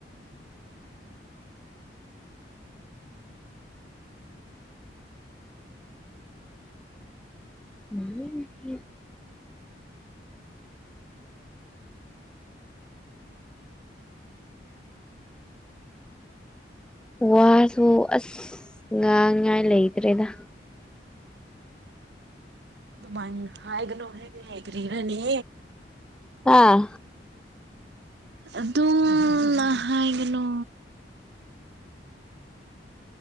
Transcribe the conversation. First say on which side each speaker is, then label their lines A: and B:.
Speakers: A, in the centre; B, on the right.
A: ꯑ ꯋꯥꯁꯨ ꯑꯁ ꯉꯥꯡꯉꯥꯏ ꯂꯩꯇ꯭ꯔꯦꯗ
B: ꯑꯗꯨꯃ ꯍꯥꯏꯒꯅꯣꯦ ꯍꯦꯒꯔꯤꯔꯅꯤ
A: ꯑꯥ
B: ꯑꯗꯨꯝꯅ ꯍꯥꯏꯥꯏꯒꯅꯣ